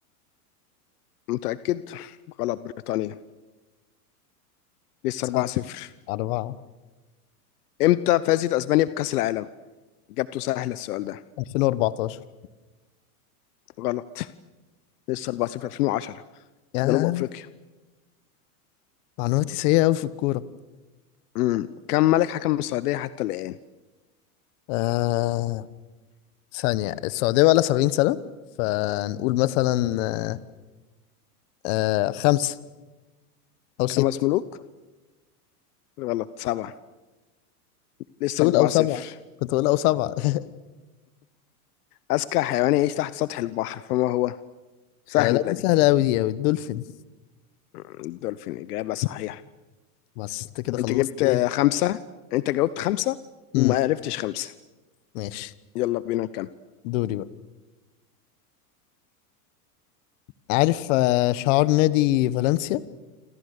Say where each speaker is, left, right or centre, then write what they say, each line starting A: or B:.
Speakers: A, on the left; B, on the left.
A: متأكد؟ غلط بريطانيا لسه
B: صح
A: 4-0
B: أربعة
A: امتى فازت اسبانيا بكأس العالم اجابته سهله السؤال ده
B: 2014
A: غلط لسه 4-0 2010
B: يا
A: في جنوب افريقيا
B: معلوماتي سيئة أوي في الكورة
A: امم كم ملك حكم السعوديه حتى الان
B: آه ثانية السعودية بقى لها 70 سنة فنقول مثلا آه آه خمسة أو ستة
A: خمس ملوك غلط سبعه لسه
B: تقول
A: 4-0
B: او سبعة كنت اقول او سبعة <laughs>
A: اذكى حيوان يعيش تحت سطح البحر فما هو سهله
B: آه، لا دي
A: دي
B: سهلة اوي دي اوي الدولفين
A: مم، الدولفين اجابه صحيحه
B: بس انت كده خلصت
A: انت جبت
B: ايه
A: آه، خمسه انت جاوبت خمسه
B: امم
A: وما عرفتش خمسه
B: ماشي
A: يلا بينا نكمل
B: دوري بقى عارف آه، شعار نادي فالنسيا